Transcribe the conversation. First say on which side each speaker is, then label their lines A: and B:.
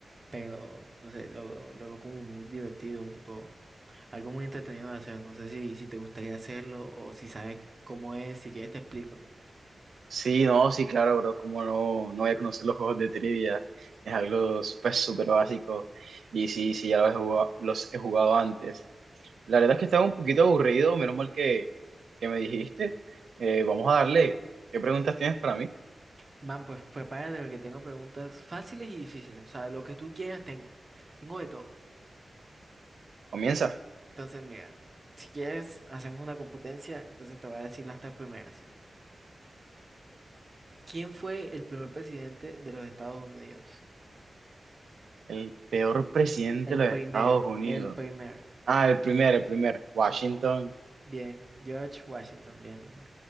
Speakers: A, on the right; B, on the right.
A: pero, no sé, lo, lo lo veo como muy divertido, tipo, algo muy entretenido de hacer, no sé si, si te gustaría hacerlo o si sabes cómo es, si quieres te explico.
B: Sí, no, sí, claro, bro, como no, no voy a conocer los juegos de trivia, es algo pues súper básico y sí, sí, ya los he jugado, los he jugado antes. La verdad es que estaba un poquito aburrido, menos mal que, que me dijiste. Eh, vamos a darle, ¿qué preguntas tienes para mí?
A: Man, pues prepárate porque tengo preguntas fáciles y difíciles. O sea, lo que tú quieras tengo. Tengo de todo.
B: Comienza.
A: Entonces, mira, si quieres, hacemos una competencia. Entonces te voy a decir las tres primeras. ¿Quién fue el primer presidente de los Estados Unidos?
B: El peor presidente
A: El
B: de
A: primer,
B: los Estados Unidos.
A: el primer.
B: Ah, el primer, el primer, Washington,
A: Bien, George Washington, bien, bien, bien.